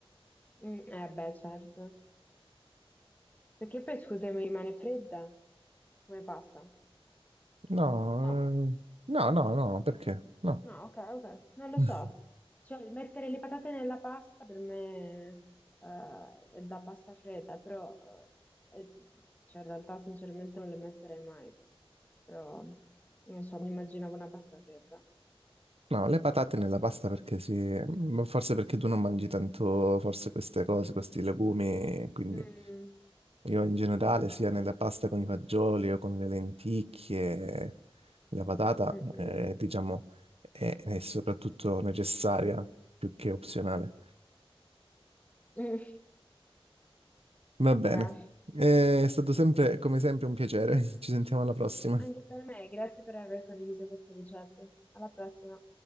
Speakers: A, on the left; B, on the right.
A: Mm, Eh beh, certo. Perché poi, scusa, mi rimane fredda? Come pasta?
B: No,
A: No.
B: eh, no, no, no, perché? No.
A: No, ok, ok, non lo
B: <laughs>
A: so. Cioè, mettere le patate nella pasta per me eh, è da pasta fredda, però eh, è- cioè, in realtà sinceramente non le metterei mai, però non so, mi immaginavo una pasta fredda.
B: No, le patate nella pasta perché sì, ma forse perché tu non mangi tanto, forse queste cose, questi legumi, quindi...
A: Mm,
B: Io in generale, sia
A: no.
B: nella pasta con i fagioli o con le lenticchie, la patata,
A: Mm-mm.
B: eh,
A: <laughs>
B: diciamo, è, è soprattutto necessaria più che opzionale.
A: Mm.
B: Va
A: Vabbè,
B: bene, Eh, è stato sempre, come sempre, un piacere. <laughs> Ci sentiamo alla prossima.
A: anche per me, grazie per aver condiviso queste ricette. Alla prossima.